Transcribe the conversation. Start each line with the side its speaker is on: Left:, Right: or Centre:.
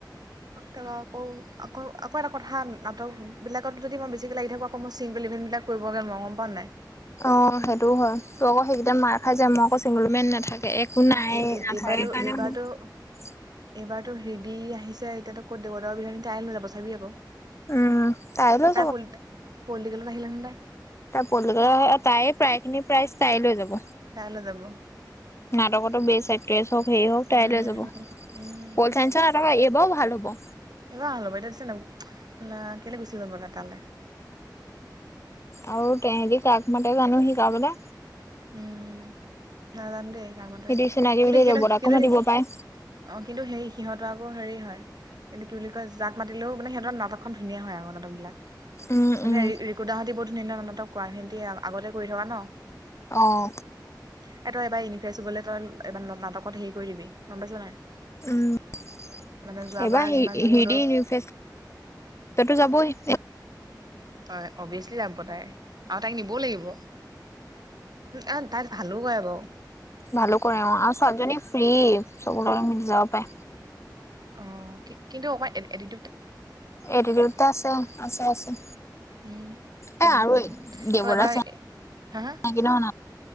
Right: তাৰ আকৌ, আকৌ -আকৌ এটা কথা নাটকবিলাকত যদি মই বেছিকৈ লাগি থাকো আকৌ মই ছিংগল ইভেণ্টবিলাক কৰিবলে নোৱাও গম পাৱ নে নাই?
Left: অ সেইটোও হয়। তোৰ আকৌ সেইকেইটা মাৰ খাই যায় ম। ই আকৌ চিংগল মেন নাথাকে একো
Right: অ
Left: নাই।
Right: এই
Left: নাথাকে
Right: এইবাৰতো
Left: কাৰণে
Right: এইবাৰতো
Left: মোৰ <unintelligible>
Right: এইবাৰতো হেৰিদি আহিছে। এতিয়াতো কত দেৱদৰ <unintelligible> ক'ত তাইয়ে লৈ যাব ছাবি আকৌ।
Left: উম লৈ
Right: তাই পলি পলিটিকেল নাহিলে ন তাই।
Left: তাৰ পলিটিকেল, তাই প্ৰায় খিনি প্ৰাইজ তাই লৈ যাব।
Right: তাই লৈ যাব
Left: নাটকতো বেছ এক্ট্ৰেছ হক। হেৰি হওক।
Right: উম
Left: তাই লৈ যাব।
Right: উম
Left: পলচাইন্স ৰ এইবাৰও ভাল হ'ব।
Right: এইবাৰ ভল ল'ব এতিয়া দিখিছন নাই কেলে গুচি গ'ল বা তালৈ?
Left: আৰু তেহেঁতি কাক মাতে জানো শিকাবলে
Right: উম নাজানো দেই। নামাতে
Left: সিহঁতি চিনাকি
Right: কিন্তু
Left: বুলি
Right: সিহঁতৰ
Left: দেৱতাকো মাতিব
Right: স
Left: পাৰে।
Right: -অ' কিন্তু সেই সিহঁতৰ আকৌ হেৰি হয়। কিন্তু কি বুলি কয় যাক মাতিলেও মানে সিহঁতৰ নাটকখন ধুনীয়া হয় আও মানে <unintelligible> বিলাক
Left: উম
Right: মানে
Left: উম।
Right: ৰিকু দা হঁতি বহুত ধুনীয়া- ধুনীয়া নাটক কৰা, সি আগতে কৰি থাকা ন
Left: অ'হ।
Right: এ তই এবাৰ ইনিফেছ হবলে, তই এবাৰ নাটকত হেৰি কৰি দিবি। গম পাইছ নে নাই?
Left: উম।
Right: মানে যোৱাবাৰ
Left: এবাৰ হেৰি
Right: যিমান যি হ'লেও
Left: হেৰি ইউনিফেছ তটো যাবই।
Right: হয়। অভিয়াচলি যাব তাই। আৰু তাইক নিবও লাগিব। এ তাই ভালো গায় বাও।
Left: ভালো কৰে অ'। আৰু ছোৱালীজনী ফ্ৰী। চব লগতে মিলি যাব পায়ে।
Right: অ কিন্তু অ'হ এতি
Left: এৰি, দেউটা আছে। আছে। আছে।
Right: উম।
Left: এ
Right: উম।
Left: আৰু
Right: উম।
Left: দেৱতা
Right: তই এবাৰ হা- হা
Left: চিনাকি নহয়